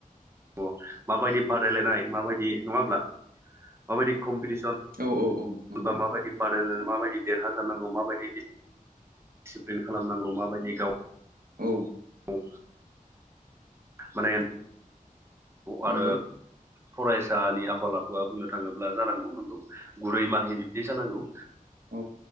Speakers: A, on the right; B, on the right.
A: अ माबायदि बादायलायनाय माबायदि नङा हब्ला माबायदि कम्पिटिसन
B: औ औ औ नंगौ
A: होनबा माबायदि बादायलाय माबायदि देरहासारनांगौ माबायदिसिप्लिन खालामनांगौ माबायदि गाव
B: औ
A: औ माने
B: नंगौ
A: आरो फरायसानि आखल आखुआ बुंनो थाङोब्ला जानांगौ नंगौ गुरै माहि बिब्दि जानांगौ
B: औ